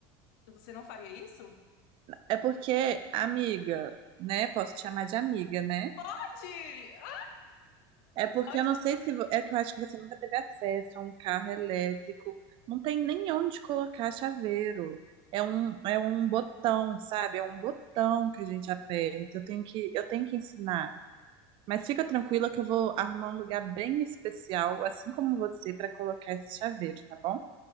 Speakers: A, on the left (about 70°); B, on the right (about 45°).
A: Você não faria isso?
B: É porque, amiga, né? Posso te chamar de amiga, né?
A: Pode! Ah,
B: É porque
A: Pode
B: eu
A: ser.
B: não sei se. vo- É que eu acho que você nunca teve acesso a um carro elétrico. Não tem nem onde colocar chaveiro. É um, é um botão, sabe? É um botão que a gente aperta. Eu tenho que, eu tenho que ensinar. Mas fica tranquila que eu vou arrumar um lugar bem especial, assim como você, para colocar esse chaveiro, tá bom?